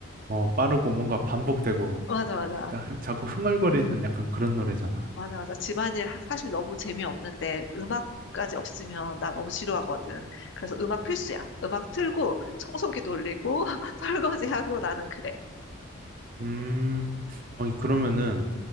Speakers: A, on the right; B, on the left.
A: 어, 빠르고 뭔가 반복되고,
B: 맞아, 맞아.
A: 나 자꾸 흥얼거리는 약간 그런 노래잖아.
B: 맞아, 맞아. 집안일 하- 사실 너무 재미없는데 음악까지 없으면 나 너무 지루하거든. 그래서 음악 필수야. 음악 틀고 청소기 돌리고 <laughs> 설거지하고 나는 그래.
A: 음, 어, 그러면은,